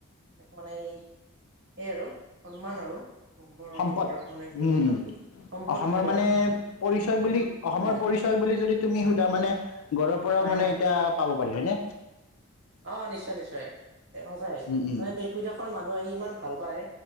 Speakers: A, on the right (about 55°); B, on the left (about 85°).
A: তাক মানে এই এই আৰু সন্মান আৰু, অসমৰ
B: সম্পদ
A: ওপৰত মানে যিহেতু
B: উম
A: ইমান বি, সম্পদ
B: অসমৰ
A: বুলি কয়
B: মানে পৰিচয় বুলি
A: হয়।
B: <unintelligible> বুলি য তুমি সুধা মানে ঘৰৰ পৰাও
A: হয়
B: মানে
A: হয়
B: এতি পাব পাৰি হয় নে,
A: অ, নিশ্চয় নিশ্চয় সঁচাই।
B: উম উম
A: মানে দেশ বিদেশৰ মানুহ আহি ইমান ভাল পায়।